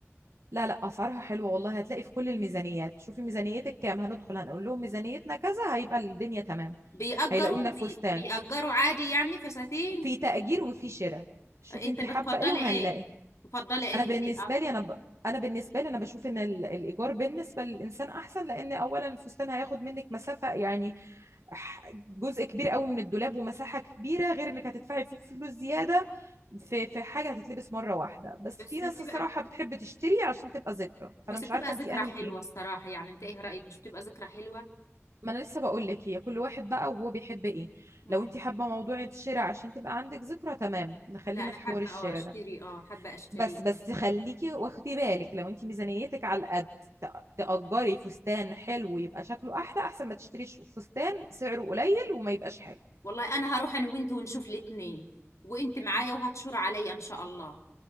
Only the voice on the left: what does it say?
بيأجروا
بي...
بيأجروا عادي يعني فساتين
انت
بتفضلي
ايه تفضلي ايه
اللي قال-
بس
بتبقى
بس
بتبقى
ذكرى
حلوة
الصراحة يعني انت ايه رأيك مش بتبقى ذكرى حلوة
مم.
لا انا
حابة
اه اشتري
اه حابة اشتريها
والله انا هروح انا وانت ونشوف الاتنين وانت معايا وهتشور عليا ان شاء الله